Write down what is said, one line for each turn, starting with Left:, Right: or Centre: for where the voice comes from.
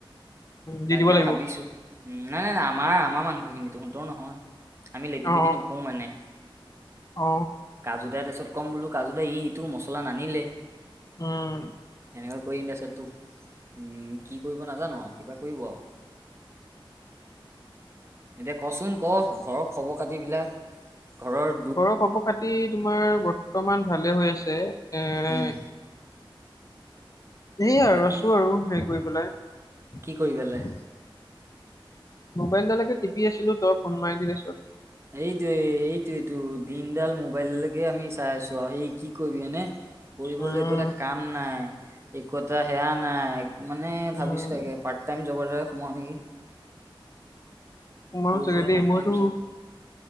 Left: দি
Right: তাকে
Left: দিব লাগিব।
Right: ভাবিছো! উম নাই, আমাৰ- আমাৰ মাংসখিনি টোহতৰ নহয় আমি লেটি
Left: অ
Right: - পেটি নো কৰোঁ মানে,
Left: অ
Right: কাজু দাৰ তাৰপিছত কম বোলো কাজু দা ই ইটো মছলা নানিলে
Left: উম।
Right: এনেকৈ কৰি তাৰপিছত তোক, কি কৰিব নাজানো আৰু কিবা কৰিব আৰু এতিয়া কচোন ক ঘৰৰ খবৰ খাতি বিলাক ঘৰৰ
Left: ঘৰ খব খাতি তোমাৰ বৰ্তমান ভালে হৈ আছে এ
Right: উম
Left: এই আৰু
Right: বাকী
Left: আছো আৰু হেৰি কৰি পেলায়
Right: কি কৰি পেলাই
Left: মোবাইল ডালকে টিপি আছিলো তই ফোন মাৰি দিলিছত।
Right: এইটো সেইটো দিনডাল মোবাইললৈকে আমি চাই আছো আৰু সেই কি কৰিবি এনে কৰিবলৈ
Left: উম
Right: একো এটা কাম নাই, একো এটা সেয়া নাই মানে
Left: উম
Right: ভাবিছো তাকে পাৰ টাইম জব এটাকে সোমাও নেকি?
Left: মইও
Right: সৰু
Left: চাগে
Right: সুৰা
Left: দেই
Right: পাৰ্ট
Left: মইতো
Right: টাইম